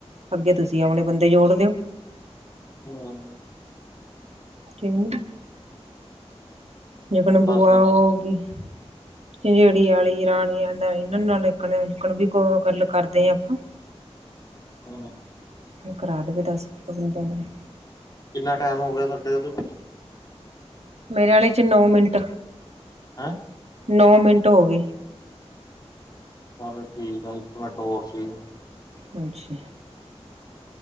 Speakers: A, on the right; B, on the left.
A: ਅੱਗੇ ਤੁਸੀਂ ਆਪਣੇ ਬੰਦੇ ਜੋੜ ਲਿਓ।
B: ਹੂੰ।
A: ਕਿਵੇਂ। ਜੀਕਨ ਬੂਆ
B: ਦਸ ਬੰਦੇ
A: ਹੋਗੀ। ਝੰਜੇੜੀ ਆਲੀ ਰਾਣੀਆਂ ਦਾ ਏਨਾਂ ਨਾ ਏਕਨ ਜੀਕਨ ਵੀ ਗੱਲ ਕਰਦੇ ਆ ਆਪਾਂ।
B: ਹੂੰ।
A: ਕਰਾ ਦੇਵੇ ਦਸ ਕੁੁ ਬੰਦਿਆਂ ਨੂੰ।
B: ਕਿੰਨਾ ਟੈਮ ਹੋ ਗਿਆ ਥੋਡੇ ਓਦੇ।
A: ਮੇਰੇ ਆਲੇ 'ਚ ਨੌ ਮਿੰਟ,
B: ਹੈਂ
A: ਨੌ ਮਿੰਟ ਹੋਗੇ।
B: ਚਲ ਠੀਕ ਆ ਇੱਕ ਮਿੰਟ ਹੋਰ ਸਈ ਏ।
A: ਹਾਂਜੀ।